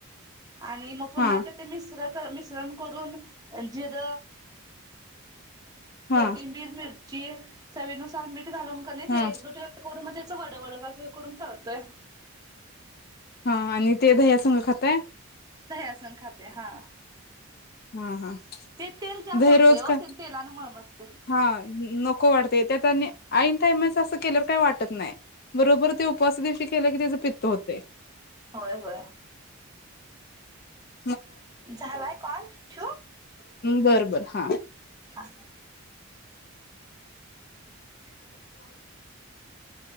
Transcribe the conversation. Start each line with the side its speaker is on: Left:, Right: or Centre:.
Right: आणि मग पुन्हा
Left: हा
Right: आता ते मिश्र मि करून जीर
Left: हा
Right: कोथिंबीर मिरची. चवीनुसार मीठ. ते घालून किनाय ते.
Left: हा
Right: <unintelligible> त्याच वडवड बाजूला करून तळतोय.
Left: हा आणि ते दह्या संग खाताय
Right: दह्या संग खातय हा.
Left: हा हा.
Right: ते तेल जास्त
Left: दही
Right: सोडतंय
Left: रोज
Right: ओ
Left: काय?
Right: ते तेलानं मळमळतंय
Left: हा नको वाढते त्यात आणि ऐन टायमाच असं केल्यावर काही वाटत नाही. बरोबर ते उपवास दिवशी केले की त्याच पित्त पित्त होतय.
Right: होय होय.
Left: हो <inaudible>
Right: झालाय कॉल. ख <unintelligible>
Left: बरबर हा.
Right: हा. <inaudible>